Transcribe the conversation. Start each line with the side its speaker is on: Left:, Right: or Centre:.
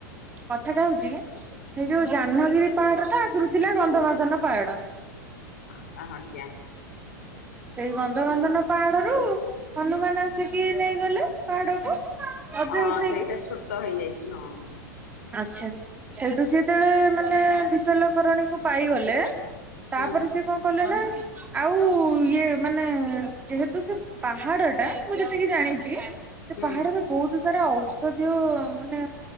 Right: କଥାଟା ହଉଛି କି ସେଇ ଯୋଉ ଜାହ୍ନଗିରି ପାହାଡଟା ଆଗୁରୁ ଥିଲା ଗନ୍ଧମାର୍ଦ୍ଧନ ପାହାଡ଼।
Left: ଆ ଆଜ୍ଞା।
Right: ସେଇ ଗନ୍ଧମାର୍ଦ୍ଧନ ପାହାଡରୁୁ ହନୁମାନ ଆସିକି ନେଇଗଲେ ପାହାଡକୁ। ଅଧେ
Left: ହଁ
Right: ଉଠେଇକି
Left: ସେଇଟା ଛୋଟ ହେଇଯାଇଛି। ହଁ।
Right: ଆଚ୍ଛା ସେଇଠୁ ସେ ଯେତେବେଳେ ମାନେ ବିଶଲ୍ୟକରଣୀକୁ ପାଇଗଲେ। ତାପରେ
Left: ହୁଁ
Right: ସେ କଣ କଲେ ନା ଆଉ ଇଏ ମାନେ ଯେହେତୁ ସେ ପାହାଡ଼ ଟା ମୁଁ ଯେତିକି ଜାଣିଛି ସେ
Left: ହୁଁ
Right: ପାହାଡରେ ବହୁତ ସାରା ଆଉ ଷଧୗ ମାନେ